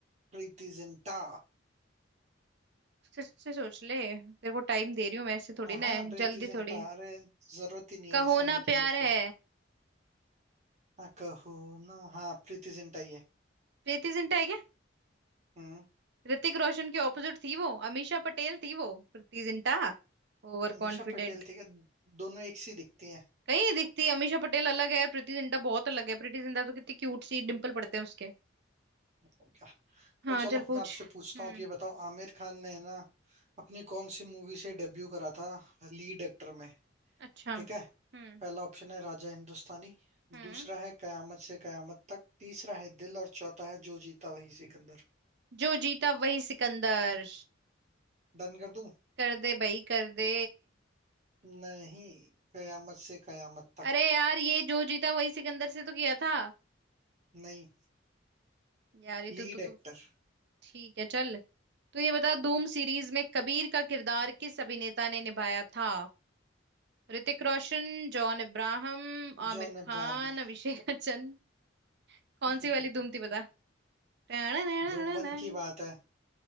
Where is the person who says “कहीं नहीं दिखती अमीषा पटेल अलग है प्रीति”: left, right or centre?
Right